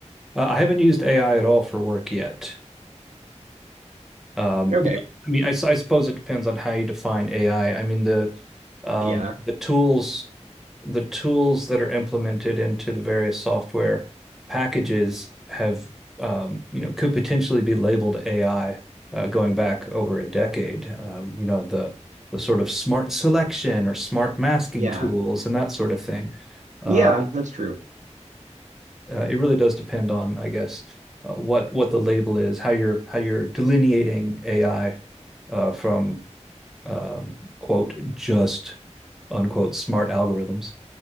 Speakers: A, in the centre; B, on the right.
A: Uh, I haven't used AI at all for work yet, Um,
B: Okay.
A: well, I mean, I I suppose it depends on how you define AI. I I mean, the um,
B: Yeah.
A: the tools the tools that are implemented into the various software packages have um, you know could potentially be labeled AI uh, going back over a decade. Um, you know the the sort of smart selection or smart masking
B: Yeah.
A: tools and that sort of thing. Uh,
B: Yeah, that's true.
A: uh, it really does depend on, I guess, uh, what what the label is, how you're how you're delineating AI uh, from um, quote just unquote smart algorithms.